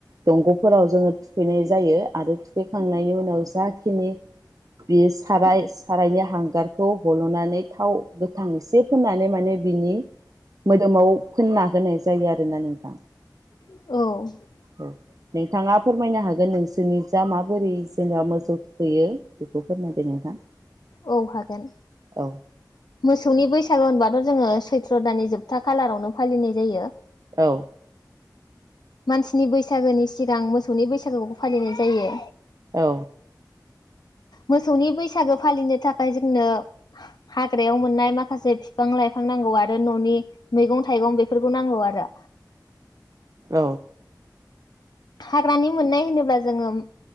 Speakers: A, on the right; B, on the left.
A: दंग'फोराव जोङो थुखैनाय जायो आरो थुखैखांनायनि उनाव जाखिनि बे साराय सारायनि हांगारखौ हल'नानै थाव गोथां एसे फोननानै माने बिनि मोदोमाव फोनना होनाय जायो आरोना नोंथां।
B: औ औ
A: औ। नोंथाङा फोरमायनो हागोन नोंसोरनि जा माबोरै जोंहा मोसौ थुखैयो बेखौ फोरमायदो नोंथां।
B: औ हागोन
A: औ
B: मोसौनि बैसागु होनबा। थ' जोङो सैथ्र' दानि जोबथा खालारावनो फालिनाय जायो।
A: औ।
B: मानसिनि बैसागोनि सिगां मोसौनि बैसागोखौबो फालिनाय जायो।
A: औ।
B: मोसौनि बैसागो फालिनो थाखाय जोंनो हाग्रायाव मोननाय माखासे बिफां लाइफां नांगौ आरो न'नि मैगं थाइगं बेफोरखौ नांगौ आरो।
A: औ
B: हाग्रानि मोननाय होनोब्ला जोङो